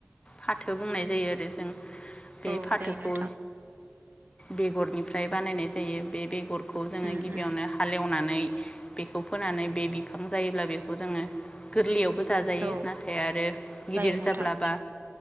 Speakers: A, on the left (about 25°); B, on the right (about 45°).
A: फाथो बुंनाय जायो आरो जों बे
B: औ
A: फाथोखौ
B: जायो नोंथां
A: बेगरनिफ्राय बानायनाय जायो बे बेगर खौ जोङो
B: उम
A: गिबियावनो
B: उम
A: हालेवना नानै बेखौ फोनानै बे बिफां जायोब्ला बेखौ जोंङो गोरलैयावबो जा जाजायो
B: औ
A: नाथाय आरो गिदिर
B: जायो नोंथां
A: जाब्लाबा